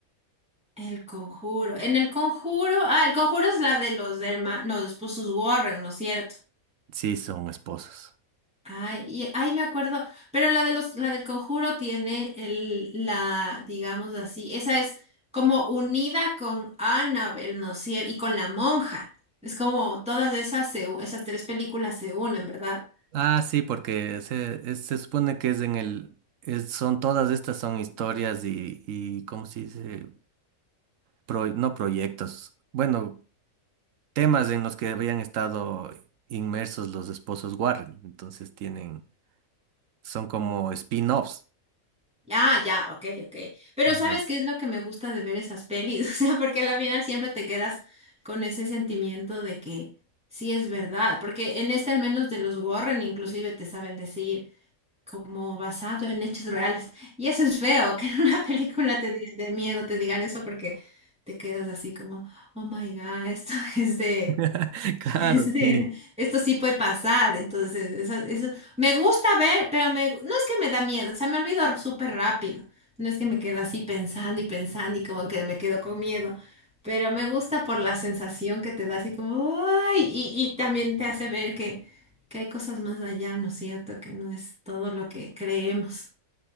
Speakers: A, in the centre; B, on the right.
A: El Conjuro. En El Conjuro, ah, El Conjuro es la de los hermanos, los esposos Warren, ¿no es cierto?
B: Sí, son esposos.
A: Ay, y ahí me acuerdo, pero la de los, la del conjuro tiene el, la, digamos así, esa es como unida con Annabelle, ¿no es cier- Y con la monja. Es como todas esas, se u- esas tres películas se unen, ¿verdad?
B: Ah, sí, porque se, es- se supone que es en el, es- son todas estas son historias y, y ¿cómo se dice? Pro- no proyectos, bueno, temas en los que habían estado inmersos los esposos Warren, entonces tienen, son como spin-offs.
A: Ah, ya, ok, ok. Pero
B: Ajá.
A: ¿sabes qué es lo que me gusta de ver esas pelis? <laughs> O sea, porque al final siempre te quedas con ese sentimiento de que sí es verdad, porque en este al menos de los Warren inclusive te saben decir. como basado en hechos reales. Y eso es feo, <laughs> que en una <laughs> película te diga- de miedo te digan eso porque te quedas así como, oh my God, esto <laughs> es de,
B: <laughs>
A: <laughs>
B: Claro,
A: Sí,
B: sí.
A: esto sí puede pasar, entonces eso, eso me gusta ver, pero me, no es que me da miedo, o sea, me olvido r- súper rápido, no es que me quedo así pensando y pensando y como que me quedo con miedo, pero me gusta por la sensación que te da así como, ay, y, y también te hace ver que, que hay cosas más allá, ¿no es cierto? Que no es todo lo que creemos.